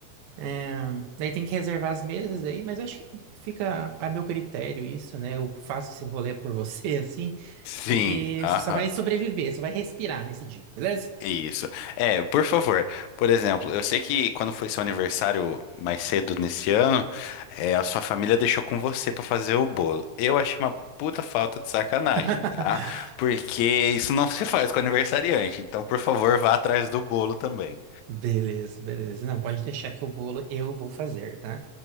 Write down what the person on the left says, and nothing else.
Sim,
aham.
Isso. É, por favor. Por exemplo, eu sei que quando foi seu aniversário mais cedo nesse ano, é, a sua família deixou com você pra fazer o bolo. Eu achei uma puta falta de sacanagem,
tá? Porque isso não se faz com aniversariante. Então, por favor, vá atrás do bolo também.